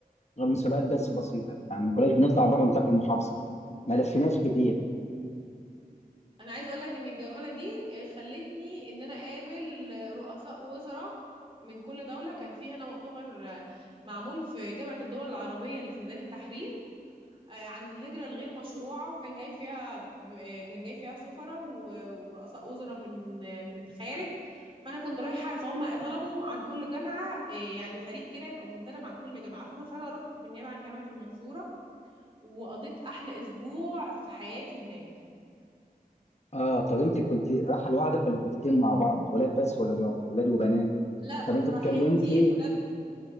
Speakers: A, on the left (about 45°); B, on the right (about 35°).
A: غير مسابقات بس بسيطه يعني ما كناش بنطلع بره نطاق المحافظه ما لفيناش كتير
B: انا عايزه اقول لك ان الجوله دي آه، خلتني ان انا اقابل آه، رؤساء وزراء من كل دوله كان في هنا مؤتمر آه، معمول في جامعه الدول العربيه اللي في ميدان التحرير آه، عن الهجرة الغير مشروعة وكان جاي فيها آه، كان جاي فيها سفراء و- ورؤساء وزراء من آه، من الخارج فأنا كنت رايحة فهم طلبوا عن كل جامعة آه، يعني فريق كده يبقى منتدب عن كل جامعة ف- فأنا رحت بالنيابة عن جامعة المنصورة وقضيت أحلى أسبوع في حياتي هناك
A: اه طب انت كنت رايحه لوحدك ولا كنت تيم مع بعض ولاد بس ولا لو- ولاد وبنات
B: لا
A: طب
B: كنا
A: انت اتكلمتي
B: رايحين تيم ولاد